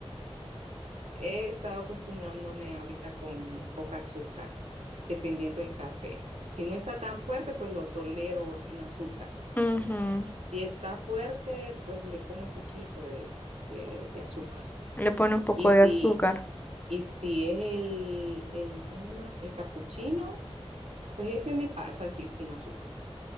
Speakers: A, on the right (about 85°); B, on the left (about 15°).
A: he estado acostumbrándome ahorita con poca azúcar, dependiendo del café. Si no está tan fuerte, pues lo tolero sin azúcar
B: Ujú.
A: Si está fuerte, pues le pongo un poquito de, de- de azúcar.
B: Le pone un poco
A: Y
B: de
A: si,
B: azúcar.
A: y si es el, el, ¿cómo se llama? El capuchino, pues ese me pasa así sin azúcar.